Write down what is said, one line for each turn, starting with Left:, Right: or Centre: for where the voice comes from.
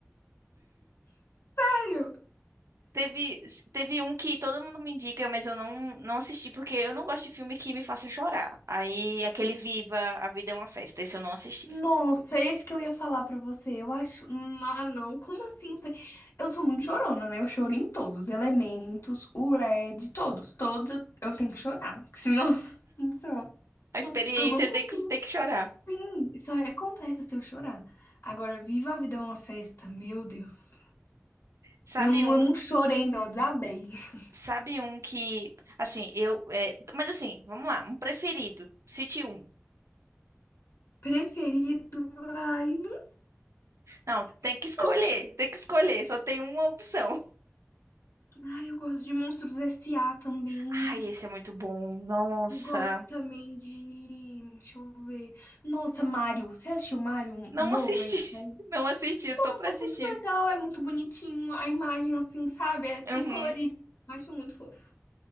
Left: <laughs> sério.
Right: Teve, teve um que todo mundo me indica, mas eu não, não assisti porque eu não gosto de filme que me faça chorar. Aí aquele Viva, A Vida é uma Festa, esse eu não assisti.
Left: Nossa, esse que eu ia falar pra você. Eu acho. hum, Ah, não. Como assim? Você... Eu sou muito chorona, né? Eu choro em todos. Elementos, o Red, todos. Todos eu, eu tenho que chorar. que Senão, <laughs> não sei. Eu
Right: A experiência
Left: eu não consigo.
Right: tem que tem que chorar.
Left: não. Só é completa se eu chorar. Agora, Viva a Vida é uma festa, meu Deus.
Right: Sabe
Left: Não,
Right: um,
Left: eu não chorei, não, eu desabei. <laughs>
Right: sabe um que, assim, eu, é, mas assim, vamos lá, um preferido, cite um.
Left: Preferido, ai, não
Right: Não, tem
Left: sei.
Right: que escolher, tem que escolher, só tem uma opção.
Left: Ai, eu gosto de Monstros S A também.
Right: Ai, esse é muito bom. Nossa,
Left: E gosto também de. Deixa eu ver. Nossa, Mario Você assistiu Mario um
Right: não
Left: um novo
Right: assisti,
Left: aí que
Right: <laughs>
Left: saiu?
Right: não assisti, eu
Left: Nossa,
Right: tô pra
Left: é
Right: assistir.
Left: muito legal, é muito bonitinho. A imagem, assim, sabe? É tudo
Right: Uhum.
Left: colorido. Acho muito fofo.